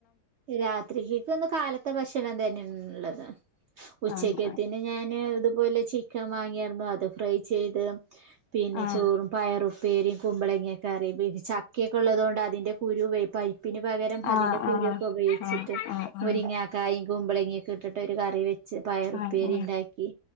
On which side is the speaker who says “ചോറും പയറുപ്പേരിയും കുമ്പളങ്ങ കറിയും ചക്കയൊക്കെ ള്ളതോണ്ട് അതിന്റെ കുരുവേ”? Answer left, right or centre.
Right